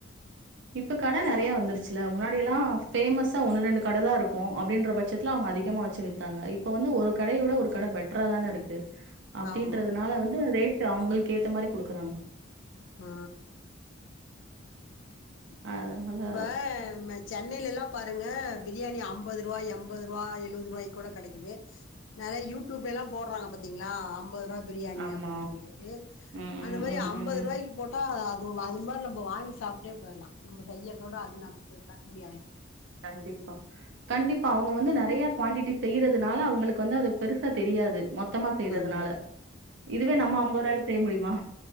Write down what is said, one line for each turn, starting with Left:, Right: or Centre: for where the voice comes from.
Right: இப்ப கடை
Left: ஒவ்வொரு
Right: நெறைய வந்துருச் சில முன்னாடி எல்லா ஃபேமஸா ஒன்னு ரெண்டு கடை தா இருக்கு அப்டின்ற பட்சத்துல அவுங்க அதிகமா வச்சு வித்தாங்க இப் இப்ப வந்து ஒரு கடயோட ஒரு கட பெட்ரா தான இருக்கு அப்டின்றதுனால
Left: ஆமா
Right: வந்து ரேட்டு அவுங்களுக்கு ஏத்த மாரி குடுக்குறாங்க
Left: ஆ
Right: அதுனால
Left: இப்ப மே சென்னைல லா பாருங்க பிரியாணி அம்பதுருவா எம்பதுருவா எழுவதுருவாய் கூட கெடைக்கிது நெறைய யூடியூப்ல எல்லா போட்றாங்க பாத்தீங்ளா அம்பது ருவா பிரியாணி
Right: ஆமா
Left: அப்டினு சொல்லிட்டு
Right: ம் ம்
Left: அந்த மாரி
Right: ம்
Left: அம்பதுருவாய்க்கு
Right: ம் ம்
Left: போட் ட்டா அது அது மாரி நம்ம வாங்கி சாப்டே போயிர்லா நம்ம செய்யறதோட அது நமக்கு கட்டுபடி ஆய்டும்
Right: கண்டிப்பா கண்டிப்பா அவுங்க வந்து நெறைய குவான்டிட்டி செய்றதுனால அவுங்களுக்கு வந்து அது பெருசா தெரியாது மொத் த்தமா செய்றதுனால
Left: ம்
Right: இதுவே நம்ம அம்பருவால செய்ய முடியுமா